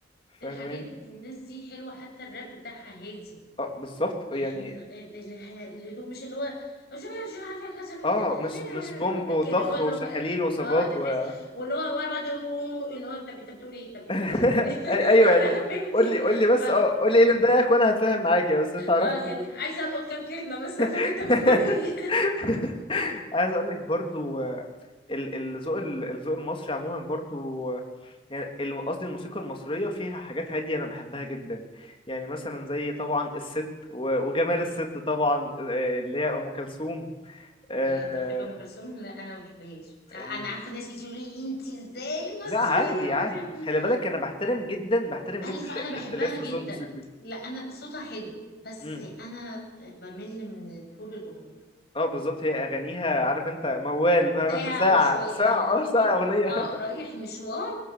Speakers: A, on the left; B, on the left.
A: فاهماني
B: الحاجات الناس دي حلوة حتى الراب بتاعها هادي
A: اه بالظبط
B: يعني
A: يعني
B: ال- ال- ال- الهدوء مش اللي هو <laughs>
A: اه مش مش بومب وطخ
B: كده هو اللي
A: وشخاليل
B: هو
A: وسجات
B: اه اللي
A: و
B: تحس
A: <laughs>
B: واللي هو ورا بعض اللي هو طب انت بتقول ايه طب إيه اللي
A: أي-
B: حصل طب إيه؟
A: ايوه
B: <laughs>
A: يعني
B: انا فهمت
A: قول
B: ايه
A: لي قول لي بس
B: اه
A: اه قول لي ايه اللي مضايقك وانا هتفاهم معاك يا بس انت عرفني
B: اه يعني
A: إيه
B: عايزه القط كام كلمه بس افهم
A: اللي
B: انت بتقول
A: <laughs>
B: ايه
A: <laughs> عايز اقول لك برضو آه، ال- الذوق ال- الذوق المصري عموما برضو آه، يعني الم- قصدي الموسيقى المصرية فيها حاجات هادية أنا بحبها جدا يعني مثلا زي طبعا الست و- وجمال الست طبعا آه، اللي هي أم كلثوم
B: <laughs>
A: آه،
B: يعني انت
A: آه،
B: بتحب ام كلثوم لا انا ما بحبهاش انا
A: يعني
B: عارفه ناس كتير يقولوا لي انت ازاي
A: لا
B: مصريه
A: عادي
B: ما
A: عادي
B: بتحبيش
A: خلي بالك أنا بحترم جدا بحترم
B: قال
A: جدا
B: لي فانا
A: ال- الاختلاف
B: بحبها
A: في
B: جدا
A: الذوق الموسيقي
B: لا انا صوتها حلو بس
A: امم
B: انا بمل من طول الاغنيه
A: اه بالظبط هي أغانيها عارف أنت موال فاهم
B: ساعه
A: أنت ساعة
B: وشويه
A: ساعة
B: يعني انا ممكن
A: اه ساعة أغنية
B: اه
A: <laughs>
B: رايح مشوار